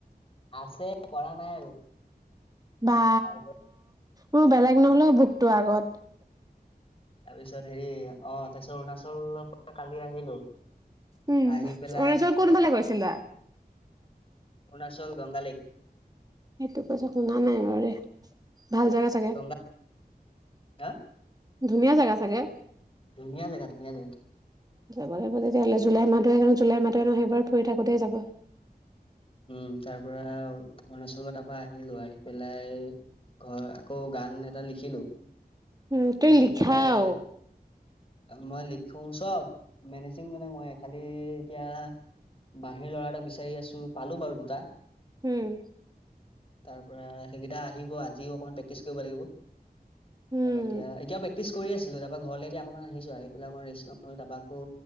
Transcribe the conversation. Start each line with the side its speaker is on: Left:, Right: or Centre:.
Left: আছে কৰা নাই আৰু
Right: বা
Left: তাৰ
Right: মোৰ বেলেগ নহলেও ভোকটোৰ আগত
Left: তাৰ পিছত হেৰি অ তাৰপিছত অৰুণাচলৰ পৰা কালি আহিলো
Right: উম
Left: আহি
Right: অৰুণাচল
Left: পেলাই
Right: কোনফালে
Left: ঘ
Right: গৈছিলা
Left: অৰুণাচল গংগালেক
Right: সেইটো কথা শুনা নাই বাৰুৰে ভাল জাগা চাগে
Left: গংগা হা
Right: ধুনীয়া জেগা চাগে
Left: ধুনীয়া জেগা ধুনীয়া জেগা
Right: যাব লাগিব তেতিয়াহ'লে জুলাই মাহটো জুলাই মাহহে টো সেইবাৰ ফুৰি থাকোতেই যাব
Left: উম তাৰ পৰা অৰুণাচলৰ তাৰপা আহিলো আহি পেলাই ঘৰ আকৌ গান এটা লিখিলো
Right: উম তুমি
Left: লিখি
Right: লিখাও
Left: পেলাই মই লিখো চব মেনেজিং মানে মই খালি এতিয়া বাঁহীৰ ল'ৰা এটা বিচাৰি আছো পালো বাৰু দুটা,
Right: হম,
Left: তাৰ পৰা সেইকেইটা আহিব আজিও অকমান প্ৰেক্টিচ কৰিব লাগিব। তাৰপা
Right: উম
Left: এতিয়া এতিয়াও প্ৰেক্টিচ কৰি আছিলো তাৰপা ঘৰলে এতিয়া। অকমান আহিছো আহি পেলাই অকমান ৰেষ্ট লও তাৰ পৰা আকৌ